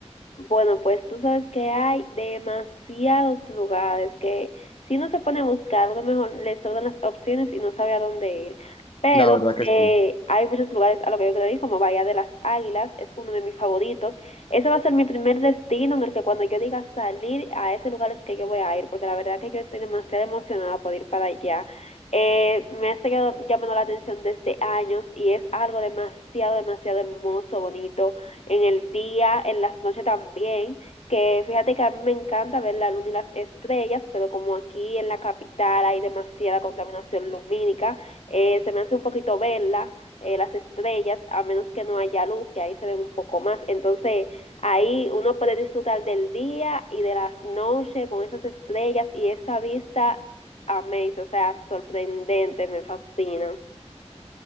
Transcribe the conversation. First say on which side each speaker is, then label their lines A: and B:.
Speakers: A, on the left; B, on the left.
A: Bueno, pues tú sabes que hay demasiados lugares que si uno se pone a buscar, uno mejor le sobran las opciones y no sabe a dónde ir. Pero
B: La verdad que sí.
A: eh, hay muchos lugares a lo que yo quiero ir, como Bahía de las Águilas, es uno de mis favoritos. Ese va a ser mi primer destino en el que cuando yo diga salir a ese lugar es que yo voy a ir, porque la verdad que yo estoy demasiado emocionada por ir para allá. Eh, me ha estado llamando la atención desde años y es algo demasiado, demasiado hermoso, bonito en el día, en las noches también, que fíjate que a mí me encanta ver la luna y las estrellas, pero como aquí en la capital hay demasiada contaminación lumínica, eh, se me hace un poquito verla, eh, las estrellas, a menos que no haya luz, que ahí se ven un poco más. Entonces, ahí uno puede disfrutar del día y de las noches con esas estrellas y esa vista amazing, o sea, sorprendente, me fascina.